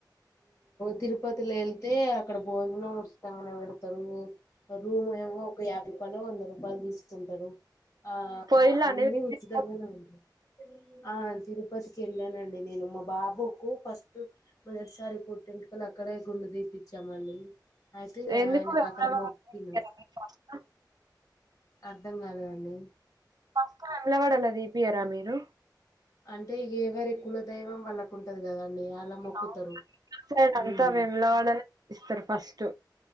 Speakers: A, on the left; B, on the right.
A: తిరుపతిలో వెళ్తే అక్కడ భోజనం ఉచితంగానే పెడతారు రోమ్ ఏమో ఒక యాభై రూపాయలు వంద రూపాయలు తీసుకుంటారు ఆ
B: పోయిల్లండి
A: అన్ని
B: మీరు
A: ఉచితంగానే
B: తిరుపతికి?
A: ఉంది ఆ తిరుపతికి వెళ్ళానండి నేను మా బాబుకు ఫస్ట్ మొదటిసారి పుట్టింటికల్లు అక్కడే గుండె తిపిచ్చామండి అయితే
B: ఎందుకు
A: ఆయనకు
B: వేములవాడ
A: అక్కడ మొక్కినం
B: ఫస్ట్
A: అర్ధం కాలేదండి
B: ఫస్ వెమ్లవాడాల దీపియరా మీరు
A: అంటే ఇక ఏవరి కులదైవం వాళ్ళకు ఉంటది కదండి అలా మొక్కుతారు
B: ఆవును ఇటు సైడ్ అంతా
A: ఉమ్
B: వెములవాడని తీపిస్తారు ఫస్ట్